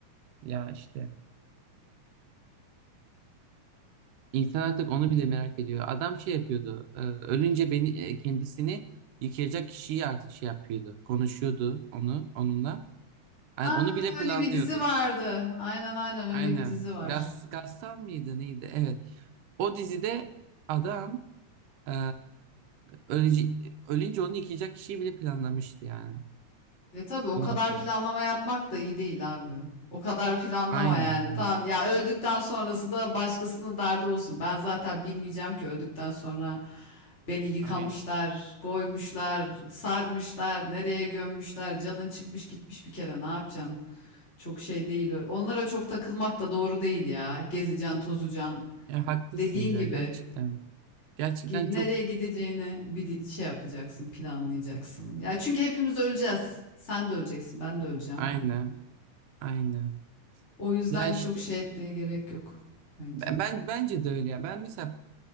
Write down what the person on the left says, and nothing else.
aa,
öyle
bir dizi vardı. Aynen aynen öyle
bir dizi var.
Ve tabii o
kadar
planlama yapmak da iyi değil abi. O kadar planlama
yani.
Tamam ya öldükten sonrası da başkasının derdi olsun. Ben zaten bilmeyeceğim ki öldükten sonra beni yıkamışlar,
koymuşlar, sarmışlar, nereye gömmüşler. Canın çıkmış gitmiş bir kere ne yapacaksın? Çok şey değil. o. Onlara çok takılmak da doğru değil ya. Gezeceksin, tozacaksın.
Dediğin
gibi.
Gi-
Nereye gideceğini bir şey yapacaksın, planlayacaksın. Ya çünkü hepimiz öleceğiz. Sen de öleceksin, ben de öleceğim.
O yüzden
çok şey etmeye gerek yok bence.